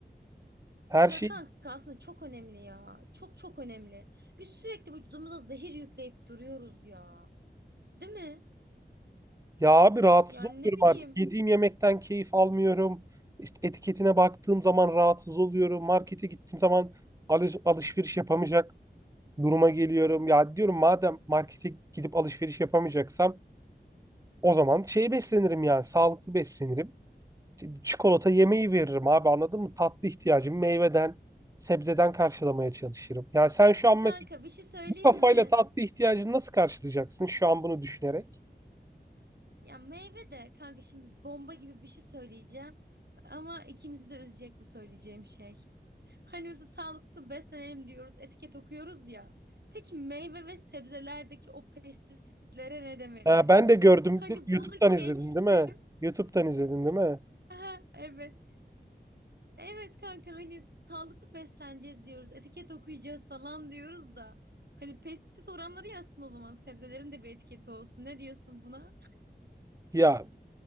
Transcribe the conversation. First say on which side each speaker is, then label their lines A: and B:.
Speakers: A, on the right (about 20°); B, on the right (about 65°).
A: Her
B: Ya
A: şey
B: kanka aslında çok önemli ya. Çok çok önemli. Biz sürekli vücudumuza zehir yükleyip duruyoruz ya. Değil mi?
A: ya abi rahatsız
B: Ya ne
A: oluyorum
B: bileyim
A: artık. Yediğim yemekten keyif almıyorum. İşte etiketine baktığım zaman rahatsız oluyorum. Markete gittiğim zaman alış- alışveriş yapamayacak duruma geliyorum. Ya diyorum madem markete gidip alışveriş yapamayacaksam o zaman şey beslenirim yani sağlıklı beslenirim. Çikolata yemeği veririm abi anladın mı? Tatlı ihtiyacımı meyveden, sebzeden karşılamaya çalışırım. Yani sen şu an mesela
B: kanka bir şey söyleyeyim
A: bu kafayla
B: mi?
A: tatlı ihtiyacını nasıl karşılayacaksın şu an bunu düşünerek?
B: Ya meyve de kanka şimdi bomba gibi bir şey söyleyeceğim. Ama ikimizi de üzecek bu söyleyeceğim şey. Hani mesela sağlıklı beslenelim diyoruz, etiket okuyoruz ya. Peki meyve ve sebzelerdeki o pestisitlere ne demeli?
A: Ha, ben de gördüm.
B: Hani
A: YouTube'dan
B: bunu
A: izledin
B: geçtim.
A: değil mi? YouTube'dan izledin değil mi?
B: <laughs> Aha, evet. Evet kanka hani sağlıklı besleneceğiz diyoruz, etiket okuyacağız falan diyoruz da. Hani pestisit oranları yazsın o zaman sebzelerin de bir etiketi olsun. Ne diyorsun buna?
A: Ya